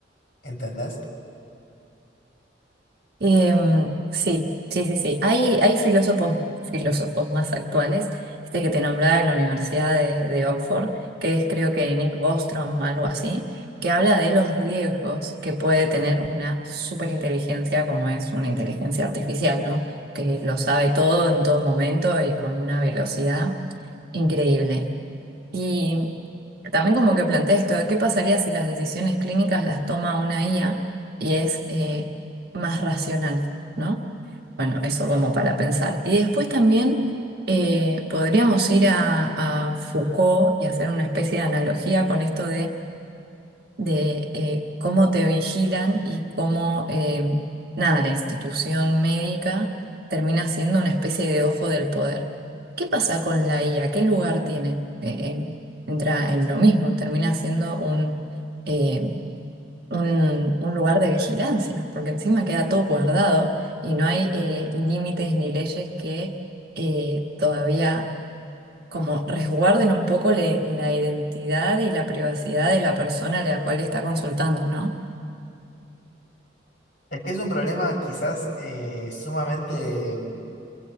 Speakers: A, on the left (about 50°); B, on the right (about 60°).
A: ¿entendés?
B: Em, sí, sí, sí, sí. Hay, hay filósofos, filósofos más actuales, este que te nombraba de la Universidad de, de Oxford, que es creo que Nick Bostrom, algo así, que habla de los riesgos que puede tener una superinteligencia como es una inteligencia artificial, ¿no? Que lo sabe todo en todo momento y con una velocidad increíble. Y también como que planteé esto, de ¿qué pasaría si las decisiones clínicas las toma una IA y es eh, más racional, ¿no? Bueno, eso como para pensar. Y después también eh, podríamos ir a, a Foucault y hacer una especie de analogía con esto de eh, cómo te vigilan y cómo, eh, nada, la institución médica termina siendo una especie de ojo del poder. ¿Qué pasa con la IA? ¿Qué lugar tiene? Eh, eh, entra en lo mismo, termina siendo un, eh, un, un lugar de vigilancia, porque encima queda todo guardado y no hay eh, límites ni leyes que eh, todavía como resguarden un poco le- la identidad y la privacidad de la persona a la cual está consultando, ¿no?
A: Es que es un problema quizás eh, sumamente